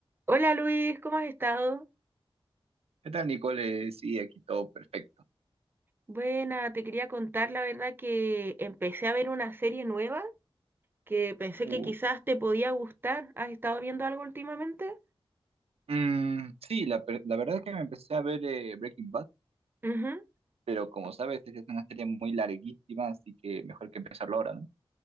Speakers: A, on the right; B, on the right.
A: Hola Luis, ¿cómo has estado?
B: ¿Qué tal, Nicole? Sí, aquí todo perfecto.
A: Buena, te quería contar la verdad que empecé a ver una serie nueva que pensé
B: Uh,
A: que quizás te podía gustar. ¿Has estado viendo algo últimamente?
B: mm, sí, la, per- la verdad es que me empecé a ver eh, Breaking Bad,
A: Ujú.
B: pero como sabes, es una serie muy larguísima, así que mejor que empezarlo ahora, ¿no?